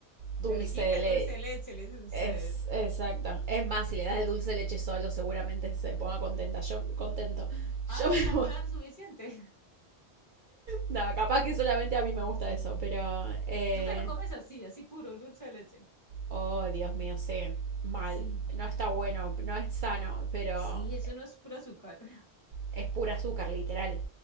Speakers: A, on the right (about 60°); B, on the left (about 15°).
A: Dulce
B: de arequipe,
A: le...
B: dulce de leche, le dicen ustedes.
A: Es exacto. Es más, si le das el dulce de leche solo, seguramente se ponga contenta. Yo contento. Yo
B: Ah, eso
A: me
B: ya
A: voy.
B: con eso
A: <laughs>
B: es suficiente.
A: No, capaz que solamente a mí me gusta eso, pero eh,
B: Tú te lo comes así, así puro, el dulce de leche.
A: oh, Dios mío, sí, mal.
B: Sí.
A: No está bueno, no es sano, pero
B: Sí, eso no es puro azúcar. <laughs>
A: es pura azúcar, literal.